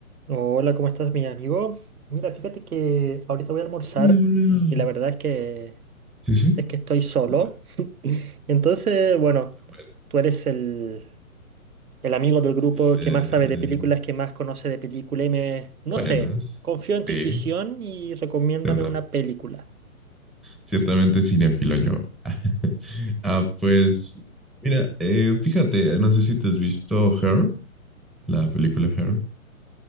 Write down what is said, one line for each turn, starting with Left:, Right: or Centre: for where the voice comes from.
Right: Hola, ¿cómo estás, mi amigo? Mira, fíjate que ahorita voy a almorzar
Centre: Hola, hola.
Right: y la verdad es que
Centre: Sí, sí.
Right: es que estoy
Centre: <laughs>
Right: solo.
Centre: escucha.
Right: <laughs> Entonces, bueno,
Centre: A ver,
Right: tú eres el, el amigo del grupo
Centre: el, eh,
Right: que más sabe de películas, que más conoce de película y me, no
Centre: buenas.
Right: sé, confío en
Centre: Sí,
Right: tu intuición y recomiéndame
Centre: ciertamente,
Right: una película.
Centre: ciertamente cinéfilo yo. <laughs> Ah, pues, mira, eh, fíjate, eh, no sé si te has visto Her, la película Her,